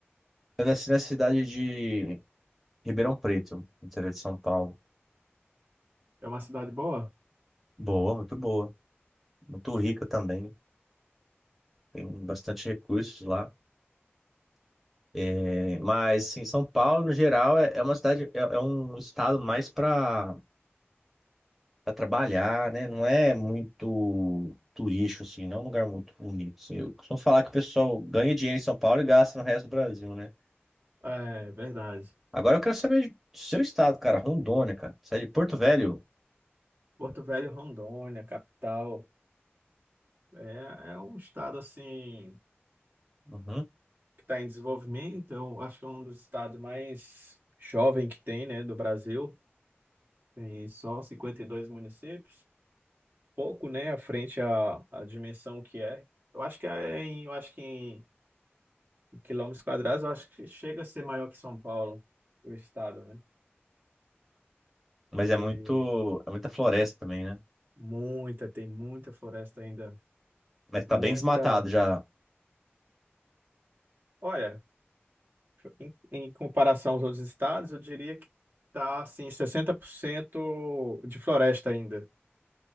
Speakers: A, in the centre; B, on the right.
A: Eu nasci na cidade de Ribeirão Preto, no interior de São Paulo.
B: É uma cidade boa?
A: Boa, muito boa. Muito rica também. Tem bastante recursos lá. É, Mas, assim, São Paulo, no geral, é, é uma cidade, é, é um estado mais para trabalhar, né? Não é muito turístico, assim, não é um lugar muito bonito. assim. Eu costumo falar que o pessoal ganha dinheiro em São Paulo e gasta no resto do Brasil, né?
B: É, verdade.
A: Agora eu quero saber do seu estado, cara, Rondônia, cara. Sai de Porto Velho?
B: Porto Velho, Rondônia, capital. É, é um estado assim
A: Uhum.
B: que está em desenvolvimento. Eu acho que é um dos estados mais jovem que tem, né, do Brasil. Tem só 52 municípios. Pouco, né, à frente à, à dimensão que é. Eu acho que é em, eu acho que em quilômetros quadrados, eu acho que chega a ser maior que São Paulo, o estado, né?
A: Mas
B: E
A: é muito, é muita floresta também, né?
B: muita, tem muita floresta ainda,
A: Mas tá
B: muita.
A: bem desmatado já.
B: Olha, em, em comparação aos outros estados, eu diria que está assim, 60% de floresta ainda.